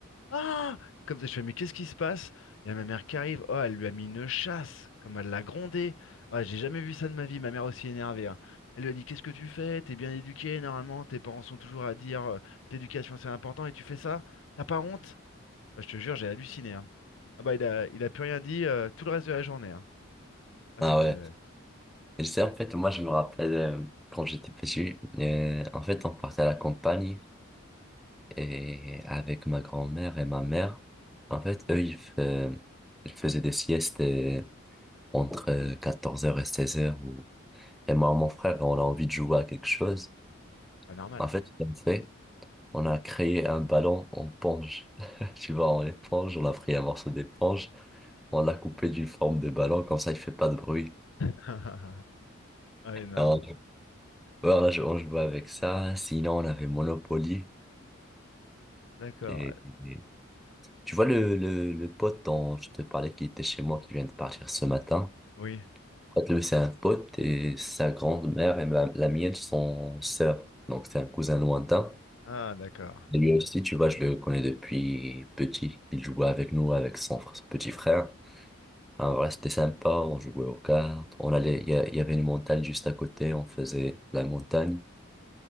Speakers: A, on the left (about 70°); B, in the centre.
A: Ah! Comme ça, je fais, mais qu'est-ce qui se passe? Il y a ma mère qui arrive. Oh, elle lui a mis une chasse, comme elle l'a grondée. Ah, j'ai jamais vu ça de ma vie, ma mère aussi énervée. hein. Elle lui a dit, qu'est-ce que tu fais? T'es bien éduqué, normalement. Tes parents sont toujours à dire euh, que l'éducation c'est important et tu fais ça? T'as pas honte? Ah, je te jure, j'ai halluciné. hein. Ah bah, il a, il a plus rien dit euh, tout le reste de la journée. hein. Ah,
B: Ah
A: c'était
B: ouais.
A: euh,
B: Et c'est en fait, moi, je me rappelle euh, quand j'étais petit, euh, en fait, on partait à la campagne. Et avec ma grand-mère et ma mère, en fait, eux, ils, fa- ils faisaient des siestes euh, entre quatorze heures et seize heures. Ou... Et moi, mon frère, on a envie de jouer à quelque chose.
A: pas normal.
B: En fait, ce qu'on fait, on a créé un ballon en ponge. <laughs> Tu vois, en éponge, on a pris un morceau d'éponge, on l'a coupé d'une forme de ballon, comme ça, il fait pas de bruit.
A: <laughs> Ah, énorme.
B: Et on, voilà, je- on jouait avec ça. Sinon, on avait Monopoly.
A: D'accord.
B: Et, et- tu vois le, le, le pote dont je te parlais qui était chez moi, qui vient de partir ce matin?
A: Oui.
B: En fait, lui, c'est un pote et sa grand-mère et ma- la mienne sont sœurs. Donc, c'est un cousin lointain.
A: Ah, d'accord.
B: Et lui aussi, tu vois, je le connais depuis petit. Il jouait avec nous, avec son fr- petit frère. Alors, voilà, c'était sympa. On jouait aux cartes. On allait, il y, a- il y avait une montagne juste à côté. On faisait la montagne.